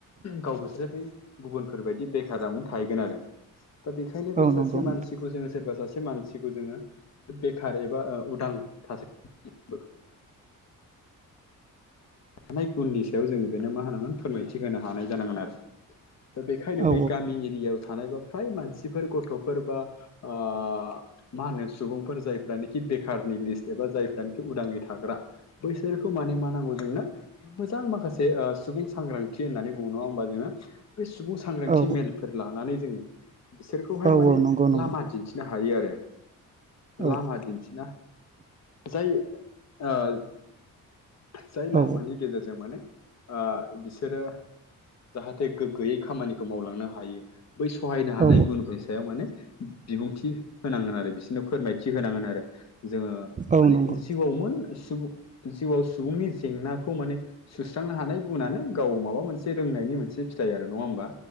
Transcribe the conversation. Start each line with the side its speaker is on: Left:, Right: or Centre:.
Left: गावबोसो बै गुबुनफोरबायदि बेखारावनो थाहैगोन आरो। दा बेखायनो
Right: औ
Left: बे सासे
Right: नंगौ नोंथां
Left: मानसिखौ जोङो सोरबा सासे सासे मानसिखौ जोङो बेखार एबा उदां थासारि हानाय गुननि सायाव जोङो बेनो मा होनांगोन फोरमायथि होनो हानाय जानांगोन आरो दा बेखायनो
Right: औ
Left: बै गामि एरियायाव थानाय बा फ्राय मानसिफोर गथ'फोर बा ओ मा होनो सुबुंफोर जायफ्रानोखि बेखार बा जाय उदाङै थाग्रा बैसोरखौ माने मा नांगौ जोंनो मोजां माखासे ओ सुबुं सांग्रांथि होननानै बुङो नङा होमबा जोङो? बे सुबुं सांग्रांथि
Right: औ
Left: मेलफोर लानानै जोङो बिसोरखौहाय
Right: औ
Left: माने
Right: औ नंगौ नंगौ
Left: लामा दिन्थिनो हायो आरो।
Right: औ
Left: लामा दिन्थिना जाय ओ जाय लामानि
Right: औ
Left: गेजेरजों माने ओ बिसोरो जाहाथे गोग्गोयै खामानिखौ मावलांनो हायो। बै सहायनो हानाय
Right: औ
Left: गुनफोर सायाव माने बिबुंथि होनांगोन आरो बिसोरनो फोरमायथि होनांगोन आरो। जोङो
Right: औ
Left: माने
Right: नंगौ
Left: जिउआवमोन सुबुं जिउआव सुबुंनि जेंनाखौ माने सुस्रांनो हानाय गुनानो गाव माबा मोनसे रोंनायनि मोनसे फिथाइ आरो नङा होमबा